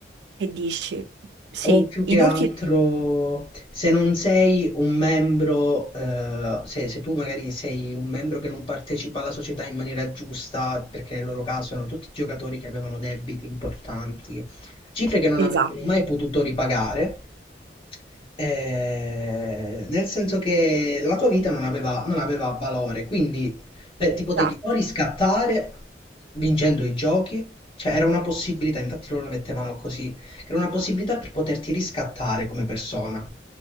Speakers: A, on the right (about 70°); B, on the left (about 30°).
A: che dici. Sì,
B: O più che
A: inutile.
B: altro, se non sei un membro, eh, se, se tu magari sei un membro che non partecipa alla società in maniera giusta, perché nel loro caso erano tutti giocatori che avevano debiti importanti, cifre che non
A: Esatto,
B: avrebbero mai potuto ripagare, eh, nel senso che la tua vita non aveva, non aveva valore, quindi beh, ti potevi
A: esatto,
B: o riscattare vincendo i giochi, cioè era una possibilità, infatti loro lo mettevano così era una possibilità per poterti riscattare come persona,